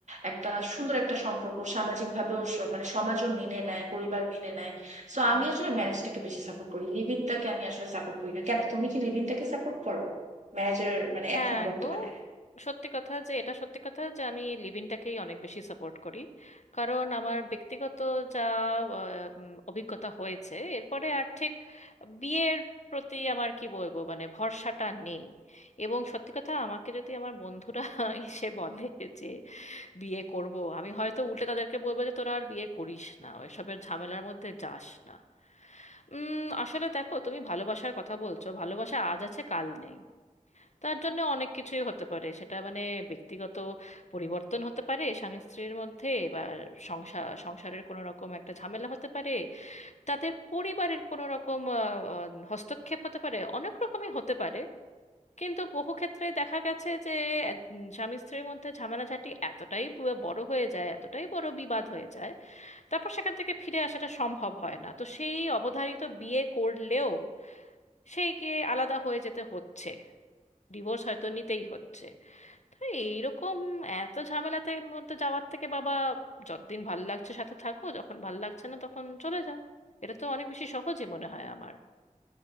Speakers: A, on the right (about 60°); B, on the left (about 60°).
A: একটা সুন্দর একটা সম্পর্ক সামাজিক ভাবেও স- মানে সমাজও মেনে নেয় পরিবার মেনে নেয় সো আমি আসলে ম্যারেজটাকে বেশি সাপোর্ট করি লিভ ইনটাকে আমি আসলে সাপোর্ট করি না কেন তুমি কি লিভ ইনটাকে সাপোর্ট করো ম্যারেজের মানে এখন
B: হ্যাঁ
A: বর্তমানে
B: গো সত্যি কথা যে এটা সত্যি কথা যে আমি লিভ ইনটাকেই অনেক বেশি সাপোর্ট করি কারণ আমার ব্যক্তিগত যা আহ, উম, অভিজ্ঞতা হয়েছে এরপরে আর ঠিক বিয়ের প্রতি আমার কি বলবো মানে ভরসাটা নেই এবং সত্যি কথা আমাকে যদি আমার বন্ধুরা <laughs> এসে বলে যে বিয়ে করব আমি হয়তো উল্টে তাদেরকে বলবো যে তোরা আর বিয়ে করিস না এসবের ঝামেলার মধ্যে যাস না উম আসলে দেখো তুমি ভালোবাসার কথা বলছো ভালোবাসা আজ আছে কাল নেই তার জন্য অনেক কিছুই হতে পারে সেটা মানে ব্যক্তিগত পরিবর্তন হতে পারে স্বামী স্ত্রীর মধ্যে বা সংসার সংসারের কোনো রকম একটা ঝামেলা হতে পারে তাদের পরিবারের কোনো রকম আহ, আহ, হস্তক্ষেপ হতে পারে অনেক রকমই হতে পারে কিন্তু বহু ক্ষেত্রে দেখা গেছে যে উম, স্বামী স্ত্রীর মধ্যে ঝামেলাঝাটি এতটাই ব- বড় হয়ে যায় এতটাই বড় বিবাদ হয়ে যায় তারপর সেখান থেকে ফিরে আসাটা সম্ভব হয় না তো সেই অবধারিত বিয়ে করলেও সেইকে আলাদা হয়ে যেতে হচ্ছে ডিভোর্স হয়তো নিতেই হচ্ছে তো এইরকম এত ঝামেলাতে মধ্যে যাওয়ার থেকে বাবা যতদিন ভাল লাগছে সাথে থাকো যখন ভাল লাগছে না তখন চলে যাও এটা তো অনেক বেশি সহজই মনে হয় আমার